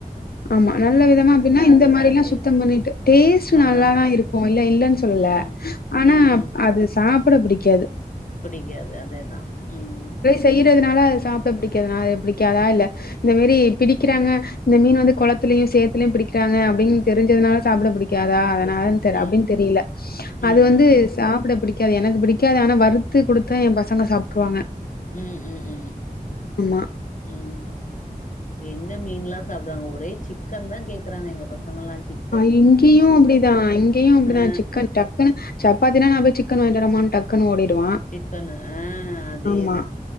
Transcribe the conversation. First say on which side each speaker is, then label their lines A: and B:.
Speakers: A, on the left; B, on the left.
A: ஆமா நல்ல விதமா அப்டின்னா இந்த
B: அதுதா
A: மாரி எல்லாம்
B: டேஸ்ட்
A: சுத்தம் பண்ணிட்டு டேஸ்ட்
B: பண்ணணு
A: நல்லாதான் இருக்கும் இல்ல இல்லன்னு சொல்லல
B: ம் ம்
A: ஆனா
B: ம் ம்
A: அது சாப்ட பிடிக்காது
B: பிடிக்காது அதேதா உம்
A: செய்றதுனால சாப்ட பிடிக்காதா பிடிக்காதா இல்ல இந்த மாரி பிடிக்கிறாங்க இந்த மீன் வந்து கொளத்திலயு சேத்திலயு பிடிக்கிறாங்க அப்டின்னு தெரிஞ்சதுனால சாப்ட பிடிக் காதா அதனா
B: பிடிக்காது ம்
A: அப்டின்னு தெரியல
B: ம்
A: அது வந்து
B: ம்
A: சாப்பிட பிடி பிடிக்காது எனக்கு பிடிக்காது ஆனா வருத்து குடுத்தா என் பசங்க சாப்ட்ருவாங்க
B: உம் ம்
A: ஆமா
B: ம்ம்ம் எங்க மீன்லா சாப்புறுவாங்க ஒரே சிக்கன் தா கேக்குறாங்க எங்க பசங்கலா சிக்
A: அ இங்கியு அப்டிதா இங்கேயு அப்டிதா
B: ஆ
A: சிக்கன் டப் கனு சப்பாத்தினா நா போய் சிக்கன் வாயிங்கிட்டு வரேனு டக்குன்னு ஓடிடுவா
B: சிக்கனு ஆ அதேதா
A: ஆமா